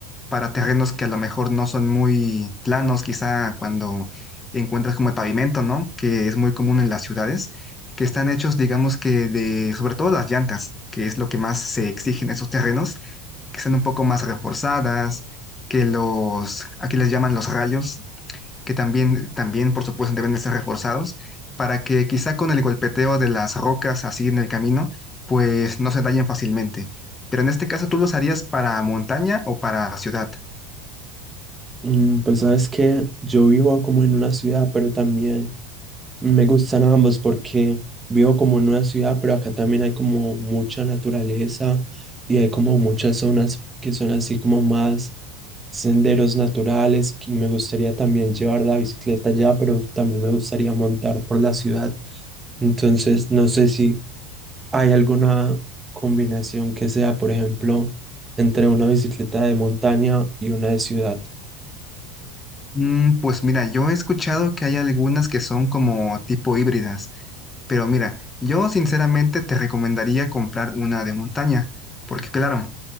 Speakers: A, on the left (about 20°); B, on the right (about 15°).
A: para terrenos que a lo mejor no son muy planos, quizá cuando encuentras como el pavimento, ¿no? Que es muy común en las ciudades, que están hechos, digamos que de, sobre todo las llantas, que es lo que más se exige en esos terrenos, que sean un poco más reforzadas, que los, aquí les llaman los rayos, que también, también por supuesto deben de ser reforzados, para que quizá con el golpeteo de las rocas así en el camino, pues no se dañen fácilmente. Pero en este caso, ¿tú los harías para montaña o para ciudad?
B: Mm, pues sabes que yo vivo como en una ciudad, pero también Me gustan ambos porque vivo como en una ciudad, pero acá también hay como mucha naturaleza y hay como muchas zonas que son así como más senderos naturales y me gustaría también llevar la bicicleta allá, pero también me gustaría montar por la ciudad. Entonces, no sé si hay alguna combinación que sea, por ejemplo, entre una bicicleta de montaña y una de ciudad.
A: Mm, pues mira, yo he escuchado que hay algunas que son como tipo híbridas, pero mira, yo sinceramente te recomendaría comprar una de montaña, porque claro,